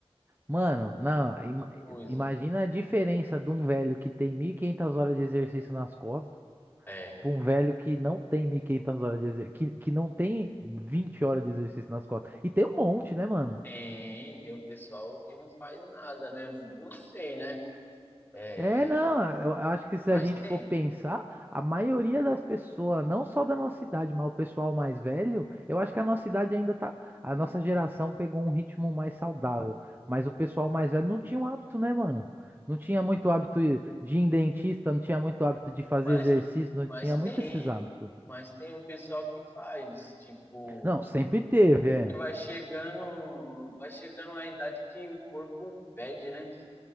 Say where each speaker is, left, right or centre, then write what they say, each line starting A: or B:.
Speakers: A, on the right; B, on the left.
A: Mano, não, ima-
B: Coisa.
A: imagina a diferença de um velho que tem 1.500 horas de exercício nas costas
B: É.
A: para um velho que não tem 1.500 horas de exercício, que, que não tem 20 horas de exercício nas costas. E tem um monte, né, mano?
B: Tem, tem um pessoal que não faz nada, né? Não sei, né? É,
A: É, não, eu eu acho que se
B: mas
A: a gente
B: tem.
A: for pensar, a maioria
B: tem.
A: das pessoas, não só da nossa idade, mas o pessoal mais velho, eu acho que a nossa idade ainda tá, a nossa geração pegou um ritmo mais saudável, mas o pessoal mais velho não tinha um hábito, né, mano? Não tinha muito hábito de ir em dentista, não tinha muito hábito de fazer
B: Mas,
A: exercício, não
B: mas
A: tinha
B: tem.
A: muito esses hábitos.
B: Mas tem um pessoal que faz, tipo,
A: Não, sempre teve, é.
B: vai chegando, vai chegando a idade que o corpo pede, né?